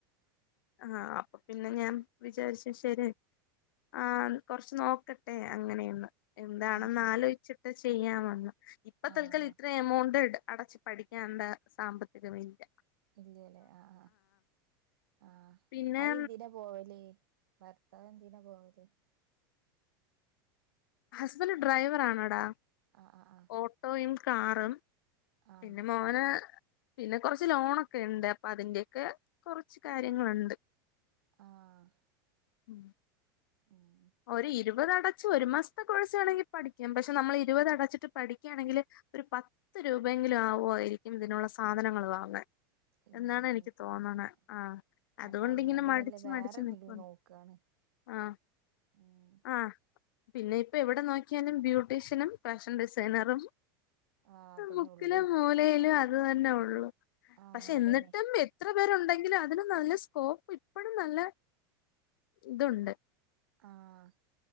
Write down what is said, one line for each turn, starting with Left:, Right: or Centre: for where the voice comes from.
Left: ആ പിന്നെ ഞാൻ വിചാരിച് ശരി. ആ കൊറച്ച് നോക്കട്ടെ അങ്ങനെയന്ന് എന്താണെന്ന്
Right: ആഹ് ആഹ് ആഹ്
Left: ആലോയ്ച്ചിട്ട് ചെയ്യാമെന്ന്. ഇപ്പ
Right: ആഹ്
Left: തൽക്കൽ ഇത്ര എമൗണ്ട് ട അടച്ചു പഠിക്കേണ്ട സാമ്പത്തികമില്ല
Right: ഇല്ലല്ലേ ആഹ് ആ
Left: പിന്നെ
Right: ആഅയ് എന്തിനാ പോവല്? ഭർത്താവ് എന്തിനാ പോവല്?
Left: ഹസ്ബൻഡ് ഡ്രൈവറാണടാ.
Right: ആഹ് ആഹ് ആഹ്
Left: ഓട്ടോയും കാറും
Right: ആഹ്
Left: പിന്നെ മോന് പിന്നെ കൊറച്ച് ലോണൊക്കെണ്ട്. അപ്പൊ അതിന്റെക്കെ കൊർച്ച് കാര്യങ്ങളുണ്ട്
Right: ആഹ്
Left: ഉം
Right: ഉം
Left: ഒരു ഇരുപത അടചൂ. ഒരു മാസത്തെ കോഴ്സാണെങ്കി പഠിക്കാം പക്ഷെ നമ്മള് ഇരുപത് അടച്ചിട്ട് പഠിക്ക്യാണെങ്കില് ഒരു പത്ത് രൂപയെങ്കിലും ആവോയിരിക്കും ഇതിനുള്ള സാധനങ്ങൾ വാങ്ങൻ
Right: ഇമ്മേ
Left: എന്നാണ്നിക്ക് തോന്നണ.
Right: ആഹ് ആഹ്
Left: ആ അതുകൊണ്ടിങ്ങനെ
Right: അപ്പൊ അയിനാട്ടി
Left: മടിച്ച്
Right: നല്ലെ വേറെ
Left: മടിച്ച്
Right: എന്തെങ്കിലും
Left: നിക്ക
Right: നോക്കാണ്
Left: ആ
Right: ഉം
Left: ആ പിന്നെ ഇപ്പൊ എവിടെ നോക്കിയാലും ബ്യൂട്ടീഷ്യനും ഫാഷൻ ഡിസൈനറും
Right: ആഹ് അതന്നെ
Left: മുക്കിലും
Right: ഉള്ളൂ
Left: മൂലയിലും അത് ത് തന്നെ ഉള്ളൂ.
Right: ആഹ്
Left: പക്ഷെ
Right: അതന്നെ
Left: എന്നിട്ടും എത്ര പേരുണ്ടെങ്കിലു അതിന് നല്ല സ്കോപ്പ് ഇപ്പഴും നല്ല ഇതുണ്ട്.
Right: ആഹ്